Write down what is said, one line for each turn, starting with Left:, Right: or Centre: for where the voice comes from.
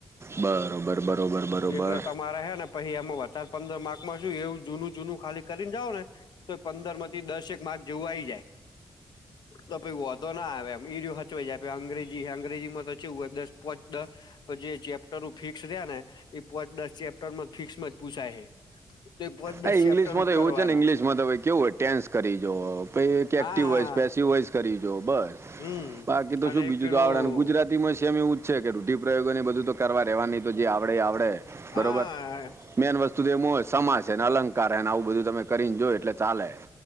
Right: બરોબર બરોબર બરોબર
Left: એટલે તમારે હે ને પહી એમાં વધારે પંદર માર્કમાં શું એવું જૂનું જૂનું ખાલી કરીને જાાવ ને તો પંદર માંથી દસેક માર્ક જોવાઈ જાય તો પહી વધો ના આવે એમ ઈડિયો હચવાઈ જાય અંગ્રેજી અંગ્રેજીમાં તો છેવું હો દસ પોચ દસ તો જે ચેપ્ટરનું ફિક્સ રે ને એ પોચ દસ ચેપ્ટરમાં ફિક્સમા જ પૂસાય હે તો દસ
Right: આ ઇંગ્લિશમાં
Left: ચેપ્ટર જ
Right: તો
Left: કરવાનો
Right: એવું છે ને ઇંગ્લિશમાં તો ભાઈ કેવું હોય ટેન્સ કરી જો પહીં એક એક્ટિવ
Left: હા
Right: વોઇસ પેસિવ વોઇસ કરી જોઓ બસ
Left: હમ
Right: બાકી તો
Left: અને
Right: શું
Left: એક
Right: બીજું
Left: પેલું
Right: તો આવડેને ગુજરાતી માં સેમ એવું જ છે કે રૂઢિપ્રયોગ ને બધું તો કરવા રહેેવાની તો જે આવડે આવડે બરોબર
Left: હા
Right: મેન વસ્તુ તો એમ હોય સમાસ એને અલંકાર એને આવું બધું તમે કરીને જો એટલે ચાલે